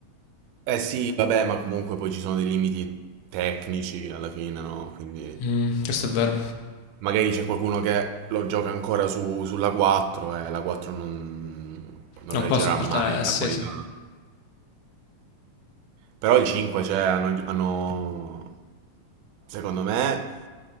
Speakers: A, on the right (about 85°); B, on the left (about 65°).
A: Eh sì, vabbè, ma comunque poi ci sono dei limiti tecnici alla fine, no? Quindi
B: Mm, questo è vero.
A: magari c'è qualcuno che lo gioca ancora su- sulla 4 e la 4 non, non
B: Non
A: reggerà
B: posso portare...
A: mai
B: Eh,
A: la
B: sì,
A: qualità.
B: sì.
A: Però i 5, cioè, hanno, hanno- secondo me,